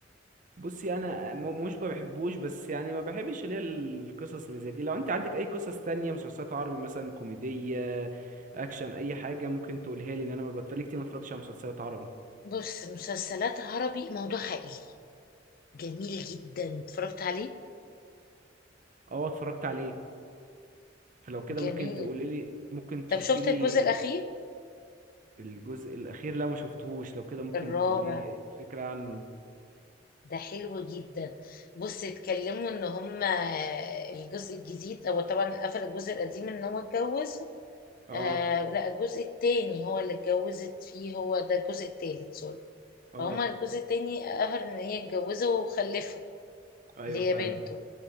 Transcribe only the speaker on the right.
بصي انا م- مش ما بحبوش بس يعني ما بحبش اللي هي القصص اللي زي دي لو انت عندك اي قصص تانية مسلسلات عربي مثلا كوميدية اكشن اي حاجة ممكن تقولها لي ان انا بتفرج كتير ما اتفرجتش على مسلسلات عربي
اه اتفرجت عليه فلو كده
ممكن تقولي لي ممكن تشوفي
لي
الجزء الأخير لا ما شفتهوش لو كده ممكن
تقولي لي فكرة عنه
اه
اه
ايوه
فاهمك